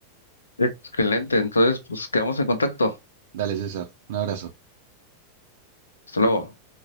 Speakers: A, on the left; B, on the right.
A: Excelente. Entonces, pues quedamos en contacto.
B: Dale, César, un abrazo.
A: Hasta luego.